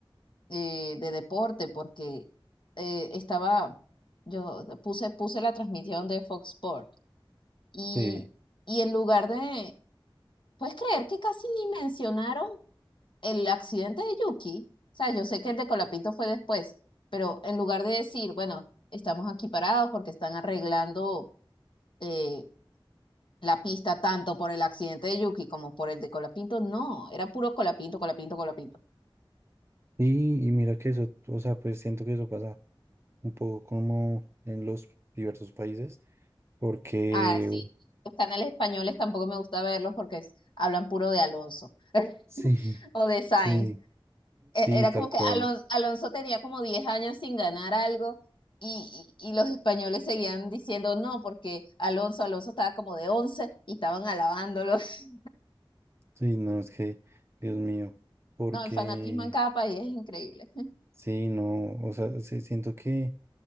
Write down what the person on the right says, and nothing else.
Sí.
Y, y mira que eso, o sea, pues siento que eso pasa un poco como en los diversos países, porque
sí,
sí, sí,
tal
cual.
Sí, no, es que, Dios mío, porque
sí, no, o sea, sí, siento que